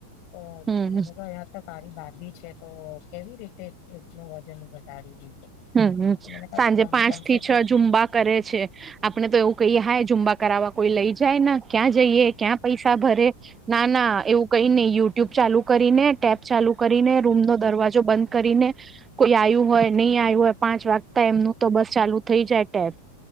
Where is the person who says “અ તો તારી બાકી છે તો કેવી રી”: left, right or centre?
Left